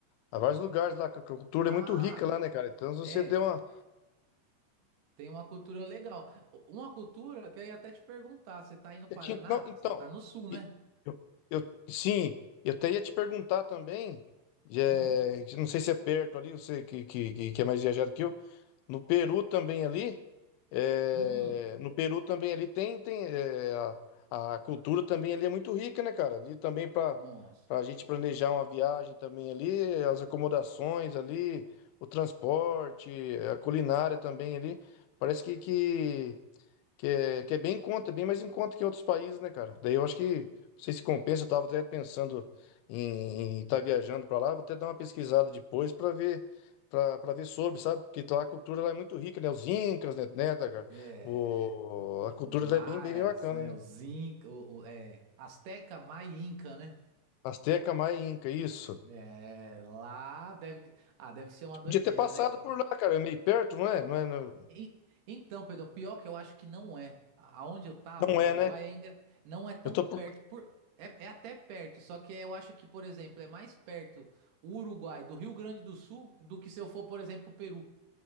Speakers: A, on the left (about 85°); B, on the right (about 65°).
A: a vários lugares lá, que a cultura
B: Ah,
A: é muito rica lá, né, cara? Então, se
B: é.
A: você deu uma.
B: te- Tem uma cultura legal. U- Uma cultura que eu ia até te perguntar. Você tá aí no
A: Você
B: Paraná?
A: tinha- não, então,
B: Você tá no sul, né?
A: e- eu, eu- sim, eu até ia te perguntar também, é,
B: Hum,
A: não sei se é perto ali, você que, que, que que é mais viajado que eu, no Peru também ali, é,
B: hum.
A: no Peru também ali tem, tem é, a, a cultura também ali é muito rica, né, cara? Ali também para
B: Nossa.
A: a gente planejar uma viagem também ali, as acomodações ali, o transporte, a culinária também ali, parece que, que que é, que é bem em conta, bem mais em conta que em outros países, né, cara? Daí eu acho que, não sei se compensa, eu tava até pensando em estar viajando pra lá, vou até dar uma pesquisada depois pra ver, pra, pra ver sobre, sabe? Porque lá a cultura lá é muito rica, né? Os incas, né, né, tá, cara?
B: É.
A: O, a cultura
B: Os maias,
A: lá é bem, bem, bem bacana,
B: né?
A: né?
B: Os Inca, o, o- é, Azteca, Maia e Inca, né?
A: Azteca, Maia, e Inca, isso.
B: É, lá deve. Ah, deve ser uma doideira,
A: Podia ter passado
B: né?
A: por lá, cara, é meio perto, não é? Não é, não
B: E- Então, Pedro, pior que eu acho que não é. Aonde eu tava,
A: não
B: no
A: é,
B: Uruguai,
A: né?
B: é engra- não é tão
A: Eu tô
B: perto.
A: por...
B: por- É, é até perto, só que eu acho que, por exemplo, é mais perto o Uruguai do Rio Grande do Sul do que se eu for, por exemplo, pro Peru.